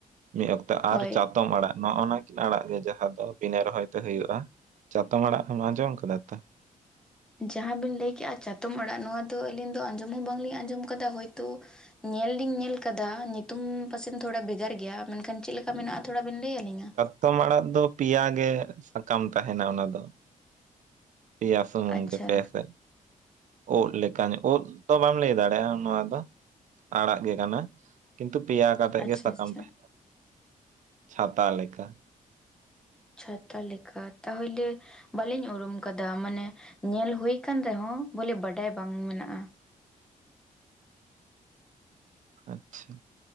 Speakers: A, on the right; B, in the centre.
A: ᱢᱤᱫ ᱚᱠᱛᱚ
B: ᱦᱳᱭ
A: ᱟᱨ ᱪᱟᱛᱚᱢ ᱟᱲᱟᱜ ᱱᱚᱜᱼᱚ ᱱᱟ ᱟᱲᱟᱜ ᱜᱮ ᱡᱟᱦᱟᱸ ᱫᱚ ᱵᱤᱱᱟᱹ ᱨᱚᱦᱚᱭ ᱛᱮ ᱦᱩᱭᱩᱜᱼᱟ। ᱪᱟᱛᱚᱢ ᱟᱲᱟᱜ ᱮᱢ ᱟᱸᱡᱚᱢ ᱠᱟᱫᱟ ᱛᱚ?
B: ᱡᱟᱦᱟᱸ ᱵᱤᱱ ᱞᱟᱹᱭ ᱠᱮᱜᱼᱟ ᱪᱟᱛᱚᱢ ᱚᱲᱟᱜ᱾ ᱱᱚᱣᱟ ᱫᱚ ᱟᱹᱞᱤᱧ ᱫᱚ ᱟᱸᱡᱚᱢ ᱦᱚᱸ ᱵᱟᱝᱞᱤᱧ ᱟᱸᱡᱚᱢ ᱠᱟᱫᱟ ᱦᱚᱳᱭᱛᱳ ᱧᱮᱞ ᱞᱤᱧ ᱧᱮᱞ ᱠᱟᱫᱟ ᱧᱩᱛᱩᱢ ᱯᱟᱥᱮᱱ ᱛᱷᱚᱲᱟ ᱵᱷᱮᱜᱟᱨ ᱜᱮᱭᱟ᱾ ᱢᱮᱱᱠᱷᱟᱱ ᱪᱮᱫ ᱞᱮᱠᱟ ᱠᱟ ᱢᱮᱱᱟᱜᱼᱟ, ᱛᱷᱚᱲᱟ ᱵᱤᱱ ᱞᱟᱹᱭ ᱟᱹᱞᱤᱧᱟ᱾
A: ᱪᱟᱛᱚᱢ ᱟᱲᱟᱜ ᱫᱚ ᱯᱮᱭᱟ ᱜᱮ ᱥᱟᱠᱟᱢ ᱛᱟᱸᱦᱮᱱᱟ ᱚᱱᱟ ᱫᱚ। ᱯᱮᱭᱟ ᱥᱩᱢᱩᱝ
B: ᱟᱪᱪᱷᱟ
A: ᱜᱮ ᱯᱮ ᱥᱮᱫ ᱳᱫᱽ ᱞᱮᱠᱟᱱ ᱩᱫ ᱫᱚ ᱵᱟᱢ ᱞᱟᱹᱭ ᱫᱟᱲᱮᱭᱟᱜᱼᱟ ᱱᱚᱣᱟ ᱫᱚ ᱟᱲᱟᱜ ᱜᱮ ᱠᱟᱱᱟ ᱠᱤᱱᱛᱩ ᱯᱮᱭᱟ ᱠᱟᱛᱮᱜ
B: ᱟᱪᱪᱷᱟ
A: ᱜᱮ ᱥᱟᱠᱟᱢ
B: ᱟᱪᱪᱷᱟ
A: ᱛᱟᱦᱮᱸᱫ ᱪᱷᱟᱛᱟ ᱞᱮᱠᱟ।
B: ᱪᱷᱛᱟ ᱞᱮᱠᱟ, ᱛᱟᱦᱚᱞᱮ ᱼᱼ ᱵᱟᱹᱞᱤᱧ ᱩᱨᱩᱢ ᱠᱟᱫᱟ ᱢᱟᱱᱮ ᱧᱮᱞ ᱦᱩᱭ ᱟᱠᱟᱱ ᱨᱮᱦᱚᱸ ᱵᱚᱞᱮ ᱵᱟᱰᱟᱭ ᱵᱟᱝ ᱢᱮᱱᱟᱜᱼᱟ ᱾
A: ᱟᱪᱪᱷᱟ᱾